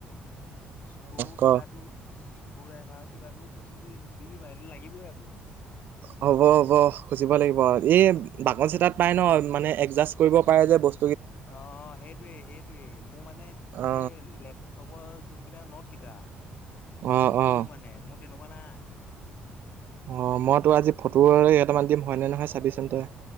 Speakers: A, on the left; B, on the right.
A: স্ক্ৰু
B: ক
A: কিবাটো স্ক্ৰু ডাইভাৰৰ কিবাটো খুজিবি সুধিবি এইটো লাগিবই আকৌ।
B: হ'ব- হ'ব খুজিব লাগিব এই বাকচ এটাত পাই ন' মানে এডজাষ্ট কৰিব পাৰে যে বচ
A: অ'হ, অ'হ সেইটোৱে সেইটোৱে মোৰ মানে
B: অ
A: লেপ কব যোনকেইটা নট কেইটা,
B: অ
A: বহুত সৰু
B: অ
A: মানে মোৰ তেনেকুৱা নাই।
B: অ' মইতো আজি ফটোৰে কেইটামান দিম হয়নে, নহয়, চাবি চোন তই।